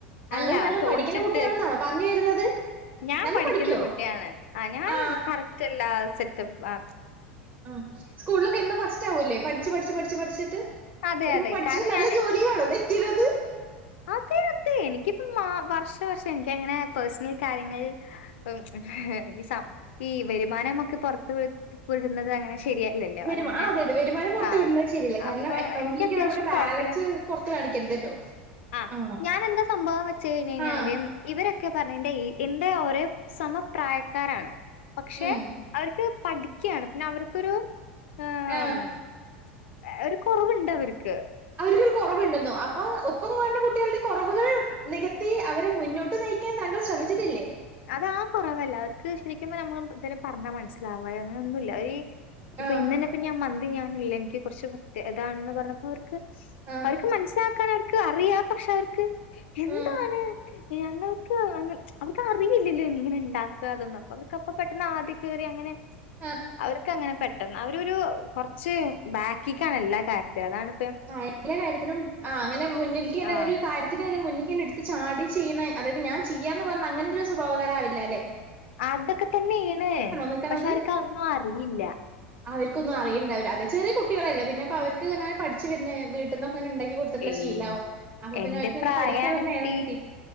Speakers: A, on the right; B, on the left.
A: താങ്കള്
B: അല്ല
A: നല്ല
B: തോറ്റിട്ട്
A: പഠിക്കുന്ന കുട്ടി ആണെന്നാണോ പറഞ്ഞു വരുന്നത്?
B: ഞാൻ
A: നല്ലോം
B: പഠിക്കുന്ന
A: പഠിക്കോ?
B: കുട്ടിയാണ് ആഹ് ഞാൻ
A: ആ
B: കറക്റ്റ് എല്ലാ സെറ്റപ്പാ
A: ഉം സ്കൂളിലൊക്കെ എന്നും ഫസ്റ്റ് ആവൂല്ലേ പഠിച്ചു പഠിച്ചു പഠിച്ചു പഠിച്ചിട്ട്?
B: അതെ,
A: ന്നിട്ടിപ്പോ
B: അതെ.
A: പഠിച്ചിട്ട്
B: കാരണം
A: നല്ല
B: ഞാന്
A: ജോലിയിലാണോ തെറ്റിണത്?
B: അതെ അതെ എനിക്കിപ്പൊ മാ വർഷാവർഷം എനിക്കങ്ങനെ പേഴ്സണൽ കാര്യങ്ങൾ ഉം ഈ സപ് ഈ വരുമാനമൊക്കെ പൊർത്ത് വിട് വിടുന്നത് അങ്ങനെ ശരിയല്ലല്ലോ.
A: വെരുമ
B: അതങ്ങനെ
A: ആഹ് അതെ അതെ വെരുമാനം പുറത്തു
B: ആഹ്.
A: വിടുന്നത് ശരിയല്ല കാര്ണം
B: അപ്പൊ
A: അക്കൗണ്ടില്ക്ക്
B: എനിക്ക് അത്യാവശ്യം
A: നമ്മുടെ ബാലൻസ്
B: കൊഴപ്പല്ല.
A: പൊർത്ത് കാണിക്കരുതല്ലോ?
B: ആഹ്
A: ആ.
B: ഞാനെന്താ സംഭവം വെച്ച് കഴിഞ് കഴിഞ്ഞാല്
A: ആ.
B: ഇവരൊക്കെ പറഞ്ഞ എന്റെ ഈ എന്റെ ഓരേ സമപ്രായക്കാരാണ്. പക്ഷെ
A: ഉം.
B: അവര്ക്ക് പഠിക്ക്യാണ് പിന്നെ അവർക്കൊരു ഏഹ്
A: ആ.
B: ഏഹ് ഒരു കൊറവുണ്ട് അവര്ക്ക്.
A: അവര്ക്കൊരു കൊറവുണ്ടെന്നോ അപ്പൊ ഒപ്പം കാണുന്ന കുട്ടികള്ടെ കൊറവുകൾ നികത്തി അവരെ മുന്നോട്ട് നയി ക്കാൻ താങ്കൾ ശ്രമിച്ചിട്ടില്ലേ?
B: അതാ കൊറവല്ല അവര്ക്ക് ശരിക്കുമ്പ നമ്മള് ചെല പറഞ്ഞാ മനസ്സിലാവാ അങ്ങനെന്നുല്ല ഒര് ഇപ്പൊ
A: ആ.
B: ഇന്നന്നെ ഇപ്പൊ ഞാൻ മന്തി ഞാനില്ല എനിക്ക് കൊറ്ച്ച് തെ ഇതാണെന്ന് പറഞ്ഞപ്പോ അവർക്ക്
A: ആ.
B: അവർക്ക് മനസ്സിലാക്കാൻ അവർക്ക് അറിയ പക്ഷെ അവർക്ക് എന്താണ്?
A: ആ.
B: ഞങ്ങൾക്ക് അങ്ങൻ അവർക്ക് അറിയില്ലല്ലൊ എങ്ങനെണ്ടാക്ക അതൊന്നും അപ്പ അവർക്ക് അപ്പ പെട്ടെന്ന് ആദി കേറി അങ്ങനെ
A: ആ.
B: അവർക്ക് അങ്ങനെ പെട്ടെന്ന് അവരൊരൂ കൊറ്ച്ച് ബാക്കിക്കാണ് എല്ലാ കാര്യത്തിനും അതാണ്
A: ആഹ് എല്ലാ കാര്യത്തിനും ആഹ് അങ്ങനെ മുന്നിൽക്കിങ്ങനെ
B: ആഹ്.
A: ഒരു കാര്യത്തിന് ഇങ്ങനെ മുന്നിക്കെന്നെ ഇട് ത്ത്ചാടി ചെയ്യുന്ന അതായത് ഞാൻ ചെയ്യാന്ന് പറഞ്ഞ് അങ്ങനൊരു സ്വഭാവകാരാവില്ലാലെ?
B: അതൊക്കെ തന്നേണ്
A: നിക്കണത്?
B: പക്ഷെ അവര്ക്ക് അതൊന്നു അറിയില്ല.
A: അവർക്കൊന്നും അറിയിണ്ടാവില്ല അല്ലേ ചെറിയ കുട്ടികളല്ലെ പിന്നെപ്പ അവർക്ക്ങ്ങനെ പഠിച്ച്‌ വര്ണെ വീട്ട്ന്നൊക്ക ഇങ്ങന ഇണ്ടാക്കി കൊടു ത്ത്ട്ടുള്ള
B: ഏഹ്.
A: ശീലാവും അപ്പൊ
B: എന്റെ
A: പിന്നെ അവര്ക്ക് ഇങ്ങന
B: പ്രായാണ്
A: പഠിക്കാള്ള നേരൊന്നും
B: കുട്ടി
A: കിട്ടി